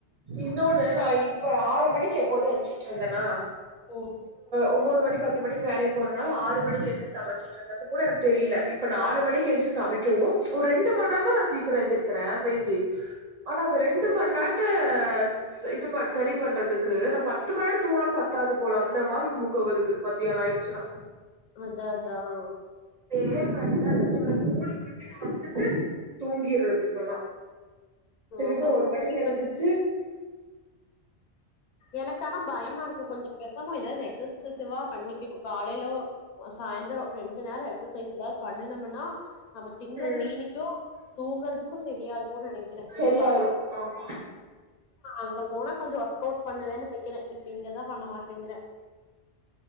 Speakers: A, on the right; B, on the left.
A: இன்னொன்னு நா இப் இப்ப ஆறு மணிக்கு எப்போதும் என்சிட்டு இருந்தேனா
B: ஓ
A: ஒன்பது மணி பத்து பத்து மணிக்கு வேலைக்கு போறனால ஆறு மணிக்கு எந்திரிச்சு சமைச்சுட்டு இருந்தப்பக் கூட எனக்கு தெரில இப்போ நாலு மணிக்கு எந்திரிச்சு சமைக்கவும் ஒரு ரெண்டு மண்ணேராம் நான் சீக்கிரம் நா எந்திரிக்கிறேன் வேயு ஆனா அத் ரெண்டு மண் நேரம் இது ப சரி பண்றதுக்கு நான் பத்து பத்து மண்நேரம் தூக்ணாளும் பத்தாது போல அந்த மாதிரி தூக்கம் வருது மத்தியானம் ஆயிடுச்சுனா
B: அதான் அதான்
A: தேற்கண்ணிதான் இருக்கு இவள ஸ்கூலுக்கு விட்டுட்டு வந்துட்டு தூங்கிடுறது இப்பல்லாம் திருப்பி
B: ஆமா
A: ஒரு
B: தூக்கம்.
A: மணிக்கு இருந்துச்சு
B: எனக்கன இருக்கு கொஞ்சம் கசமும் இதத <unintelligible> சிவா பண்ணிக்க காலையில சாயந்தரம் ரெண்டு நேரம் எக்சசைஸ் ஏதாவது பண்ணனமுனா நம்ம தின்றதீனிக்கும்
A: ம்
B: தூங்குறதுக்கும் சரியா இருக்கும் நினைக்கிறேன் இன்
A: சரியாயிரு ஆமா
B: அங்க போனா கொஞ்சம் ஒர்க அவுட்பண்ண நினைக்கிறேன் இப்ப இங்கதான் பண்ண மாட்டேங்கிறன்